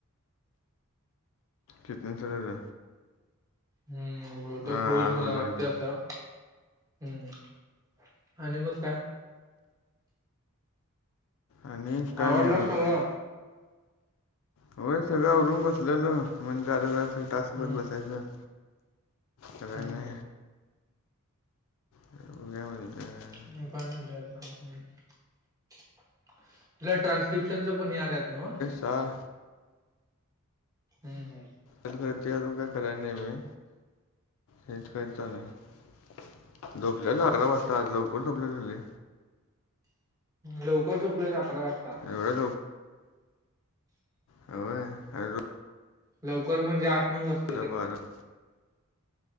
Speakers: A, on the left; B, on the right.
A: फिटनेसरं
B: हम्मं बंट
A: हां
B: होईल
A: आज
B: मलां
A: होणार
B: वाटतं
A: की
B: असं हम्मं आणि मगं कायं
A: आणि कानेवगं
B: आवडलं सगळं
A: कायं व सगळं उवडूंन बसलेल म्हणजे जरं टांक करतं
B: हम्म
A: बसायंच सगळयांने
B: हम्म
A: तरं उद्या म्हणतं तरं
B: कां लयं ट्रान्स्क्रिप्शनचं पणं याल्यांत नां
A: कां
B: हम्मं हम्मं
A: हं करतं करने मं हेचं करतांना झोपल्यां लवकरं झोपल्यांले
B: लवकरं झोपलं झाकांत वाजंता
A: एवढं व्हंय कायं
B: लवकरं म्हणजे आंठ नव्व वाजंता
A: रपारप